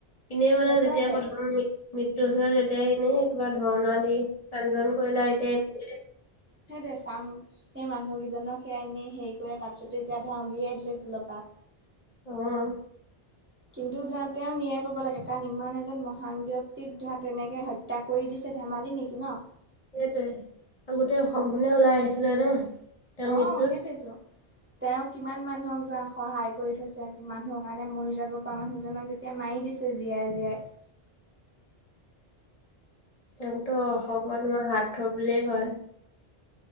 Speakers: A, on the left; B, on the right.
A: এনেই মানে
B: সঁচাকে
A: যেতিয়া প্ৰথম মৃত্যু হৈছিল তেতিয়া এনে কিবা ধৰ্ণা দি। আন্দোলন কৰিলে আও এতিয়া
B: সেই দে চাম সেই মানুহকেইজনক সেয়াই নি হেৰি কৰে তাৰপিছত এতিয়া ধৰা উলিয়াই দিলে জেলপা।
A: উম,
B: কিন্তু ধৰা তেওঁ ন্যায় পাব লাগে কাৰণ ইমান এজন মহান ব্যক্তিক ধৰা তেনেকে হত্য ত্যা কৰি দিছে ধেমালি নেকি ন।
A: সেইটোৱে আৰু গোটেই অসমখনে ওলাই আহিছিলে ন। তেওঁৰ
B: অ
A: মৃত্যুত
B: সেইটোয়েতো তেওঁ কিমান মানুহক ধৰা সহায় কৰি থৈছে কিমানক, সেইকাৰণে মৰি যাব পৰা মানুহজনক যেতিয়া মাৰি দিছে জীয়াই জীয়াই।
A: তেওঁকতো অসমত মান হাৰ্টথ্ৰব বুলিয়ে কয়।